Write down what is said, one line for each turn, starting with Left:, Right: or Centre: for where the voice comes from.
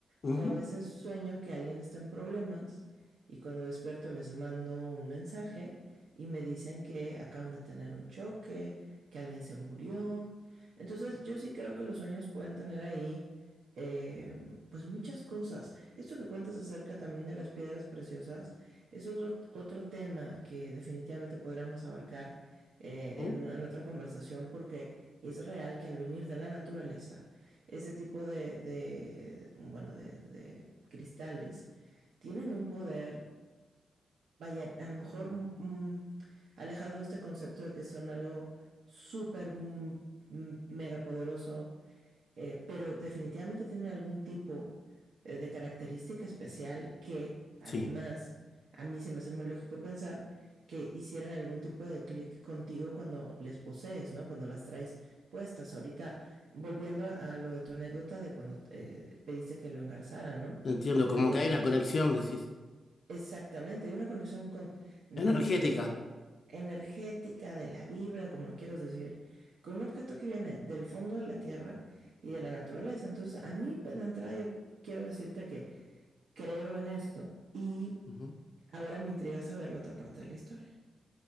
Left: Ujú,
Right: o a veces sueño que alguien está en problemas y cuando despierto les mando un mensaje y me dicen que acaban de tener un choque, que alguien se murió. Entonces yo sí creo que los sueños pueden tener ahí eh, pues muchas cosas. Esto que cuentas acerca también de las piedras preciosas es otro, otro tema que definitivamente podríamos abarcar eh,
Left: ujú.
Right: en, en otra conversación porque es real que al venir de la naturaleza, ese tipo de, de bueno, de, de cristales tienen un poder vaya, a lo mejor mm, mm, alejado de este concepto de que son algo súper mm, mm, mega poderoso, eh, pero definitivamente tienen algún tipo eh, de característica especial que además
Left: Sí.
Right: a mí se me hace muy lógico pensar que hicieran algún tipo de clic contigo cuando les posees, ¿no? Cuando las traes puestas. Ahorita, volviendo a, a lo de tu anécdota de cuando eh, pediste que lo engarzaran, ¿no?
Left: Entiendo, como
Right: Al contacto,
Left: que hay una conexión, decís,
Right: Exactamente, hay una conexión con de
Left: energética.
Right: tu a- energética, de la vibra, como lo quieras decir, con un objeto que viene del fondo de la tierra y de la naturaleza. Entonces, a mí pues, de entrada yo quiero decirte que creo en esto y
Left: Ujú.
Right: ahora me intriga saber la otra parte de la historia.